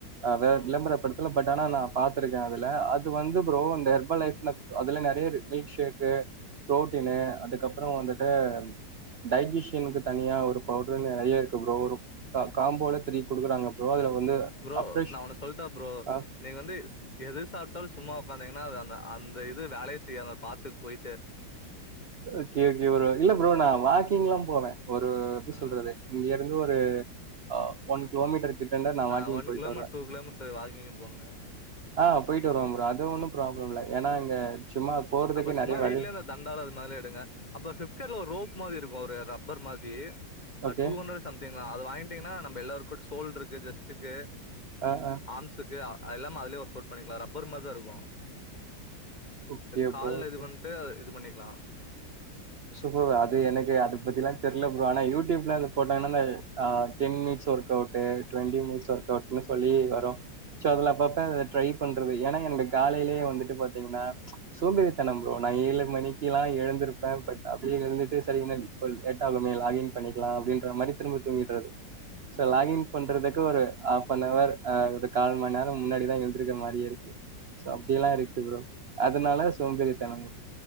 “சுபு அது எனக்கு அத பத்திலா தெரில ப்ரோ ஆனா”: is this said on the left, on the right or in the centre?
Right